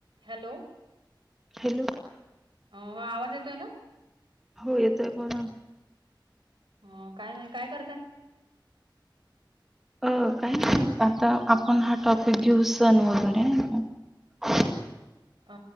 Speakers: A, on the right (about 80°); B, in the centre.
A: Hello
B: hello
A: हो ह आवाज येतोय ना?
B: हो येतोय बोला ना.
A: ह काय नाही काय करताय.
B: अ काही नाही आता आपण हा टॉपिक घेऊ सण वगैरे आहे का <inaudible>
A: अ